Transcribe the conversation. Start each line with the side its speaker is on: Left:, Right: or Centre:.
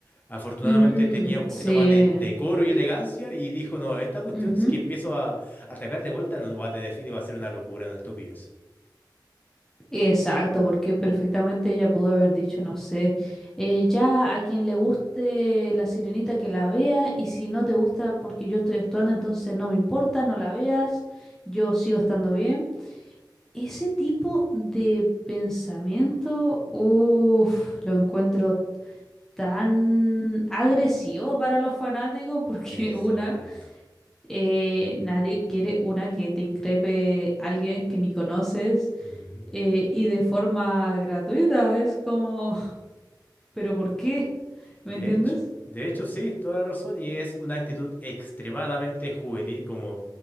Left: Afortunadamente
Centre: Mm,
Left: tenía un poquito
Centre: sí.
Left: más de decoro y elegancia y dijo, no, esta cuestión,
Centre: Ujú.
Left: si que empiezo a atacar de vuelta, no va a tener fin y va a ser una locura, una estupidez.
Centre: Exacto, porque perfectamente ella pudo haber dicho, no sé, eh, ya a quien le guste la sirenita que la vea y si no te gusta porque yo estoy actuando, entonces no me importa, no la veas, yo sigo estando bien. Ese tipo de pensamiento, uff, lo encuentro tan agresivo para los fanáticos porque
Left: Exacto.
Centre: <laughs> una... eh, nadie quiere una que te increpe alguien que ni conoces
Left: Ujú.
Centre: eh, y de forma gratuita. Es como, <laughs> ¿pero por qué? ¿Me
Left: De
Centre: entiendes?
Left: hecho, de hecho sí, toda la razón. Y es una actitud extremadamente juvenil, como